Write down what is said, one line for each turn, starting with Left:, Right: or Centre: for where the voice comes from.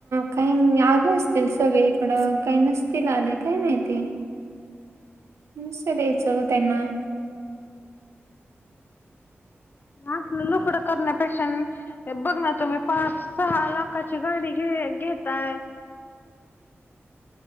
Right: कायं आले असतील सगळीकडं कांहीं नसतील आलें कायं माहिती नुसतं सं द्यायचं त्यांना
Left: हम् <unintelligible> असलं लफडं करण्यांपेक्षा बघं नां तुम्हीं पांच सहा लाखांची गांडी घे घेतायं
Right: <inaudible> <unintelligible>